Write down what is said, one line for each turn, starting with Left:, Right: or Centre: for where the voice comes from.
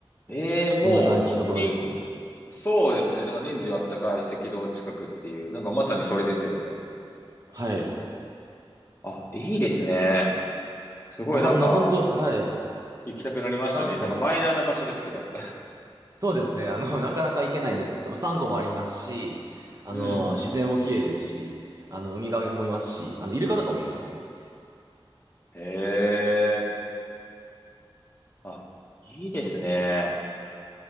Left: ええ、
Right: <laughs> そんな感じのところですね。
Left: もう本当に、そうですね。なんか年中あったかい赤道近くっていう、なんかまさにそれですよね。
Right: はい。
Left: あ、いいですね。すごいなんか、
Right: あ、ほあの、本当はい。
Left: 行きたくなりましたね。
Right: サンゴも、
Left: なんかマイナーな場所ですけど。
Right: そうですね、あの、<laughs> なかなか行けないんです。ササンゴもありますし、あの、
Left: <laughs> うん。
Right: 自然も綺麗ですし、あの、ウミガメもいますし、あの、イルカとかもいるんですよね。
Left: へえ。あ、いいですね。